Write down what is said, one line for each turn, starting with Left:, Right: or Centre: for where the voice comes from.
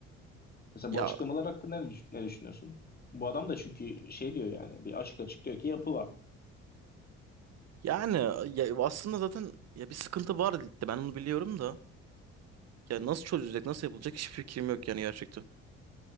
Left: Mesela
Right: Ya
Left: bu açıklamalar hakkında ne, düş- ne düşünüyorsun? Bu adam da çünkü şey diyor yani, bir açık açık diyor ki yapı var.
Right: yani ya aslında zaten ya bir sıkıntı var ligde. Ben onu biliyorum da. Ya nasıl çözülecek, nasıl yapılacak hiçbir fikrim yok yani gerçekten.